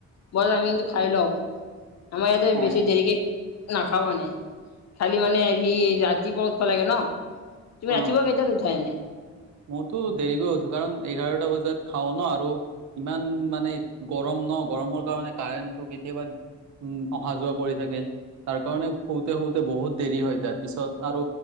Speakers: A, on the left; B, on the right.
A: বজাত আমি কিন্তু খাই লও। আমাৰ ইয়াতে বেছি
B: অ',
A: দেৰিকে নাখাও মানে খালি মানে সৰি ৰাতিপুৱা হব লাগে ন। তুমি
B: অ,
A: ৰাতিপুৱা কেইটাত উঠা এনে
B: মইতো দেৰি গৈ উঠো কাৰণ এঘাৰটা বজাত। তাত খাও ন আৰু। ইমান মানে গৰম ন গৰমৰ কাৰণে কাৰেণ্টটো কেতিয়াবা উম, অহা যোৱা কৰি থাকে। তাৰ কাৰণে শতেতে বহুত দেৰি হয় য পিছত আৰু